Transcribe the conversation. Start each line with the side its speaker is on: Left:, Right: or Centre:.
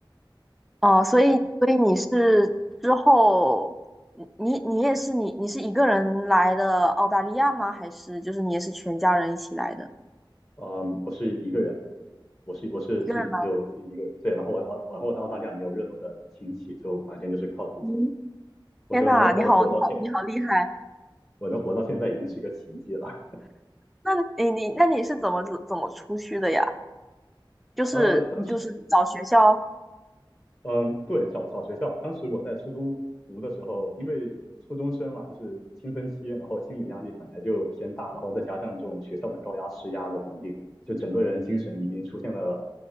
Centre: 哦，所以所以你是之后，你你也是你你是一个人来的澳大利亚吗？还是就是你也是全家人一起来的？
Left: 嗯，我是一个人来的。我是我是只只有自己一个人，
Centre: 一个人来？
Left: 对，然后我澳然后我在澳大利亚没有任何的亲戚，就完全就是靠自己。
Centre: 嗯，
Left: 我觉得我能活到现，
Centre: 天呐，你好你好你好厉害！
Left: 我能活到现在已经是个奇迹了。
Centre: 那你你那你是怎么怎怎么出去的呀？就是就是找学校
Left: 呃，但是。嗯，对，找找学校。当时我在初中读的时候，因为初中生嘛，就是青春期，然后心理压力本来就偏大，然后再加上这种学校的高压施压的环境，就整个人精神已经出现了